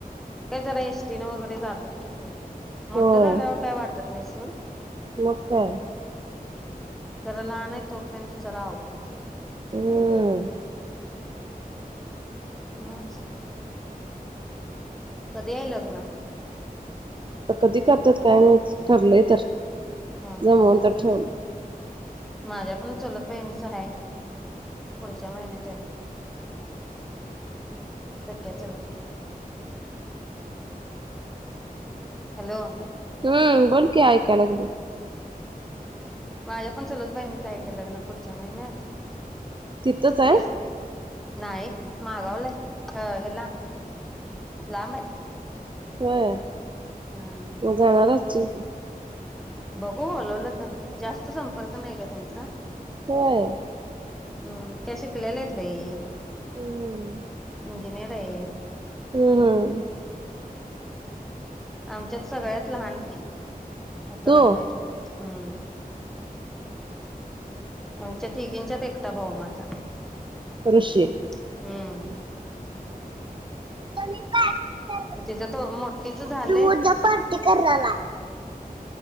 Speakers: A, in the centre; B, on the right.
A: ते जरा एसटीन वगैरे जात्यात की मोठं
B: होय
A: झाल्याव काय वा त्यात नेसून
B: मग काय
A: जरा लहान आहे तोपर्यंत जरा अवघड होत
B: हं
A: मास कधी हे लग्न
B: ता कधी करत्यात काय माहित ठरलंय तर
A: हम्म
B: जमवून
A: हम्म
B: तर ठेवलं
A: माझ्या पण चुलत बहिणीच हाय, पुढच्या महिन्यात हाय सख्ख्या चुलत हॅलो
B: हं बोलकी ऐकाय लागली
A: माझ्या पण चूलत बहिणीचं आहे की लग्न पुढच्या महिन्यात
B: तिथंच आहे
A: वीस नाही मागावलाय अ हेला लांब आहे
B: होय
A: हम्म
B: तु जाणार आहेस जीके
A: बघू बोलवलं तर जास्त संपर्क नाही ग त्यांचा
B: होय
A: हं त्या शिकलेल्या हेत बाई
B: हम्म
A: इंजिनीयर अहेत
B: हं हं
A: आमच्यात सगळ्यात लहान ती आता
B: तू
A: लग्न आहे तिझ हं आमच्या तिघींच्यात एकटा भाऊ माझा
B: ऋषी
A: हम्म
B: कोणी पार्टी
A: तिचं तो मोठीच झालंय
B: तु जा पार्टी कराला